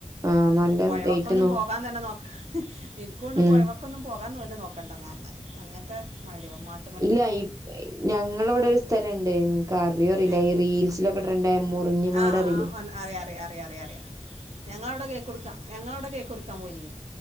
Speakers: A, on the right; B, on the right.
A: ആഹ് നല്ല
B: പൊഴവക്കൊന്നും
A: ഡേറ്റ് നോ
B: പോകാൻ തന്നെ നോക്ക എനിക്കൊണ്ട്
A: ഉം
B: പൊഴവക്ക നക്കൊന്നും പോകാൻന്ന് തന്നെ നോക്കണ്ടന്ന് പറഞ്ഞ അങ്ങനത്തെ മഴയോ മാട്ട
A: ഇല്ല ഈ ഞങ്ങളവിടെ ഒരു സ്ഥലംണ്ട് ങ്ങക്ക് അറിയോ അറിയില്ല
B: ഏ
A: ഈ റീൽസിലൊക്കെ ണ്ടായ മുറിഞ്ഞ് മാടറിലെ
B: ആ ആ ആ വന്ന് അറിയാം അറിയാം അറിയാം അറിയാം അറിയാം ഞങ്ങളവിടെ കേക്ക് കൊടുക്കാ ഞങ്ങളവിടെ കേക്ക് മുറിക്കാൻ പോയിനി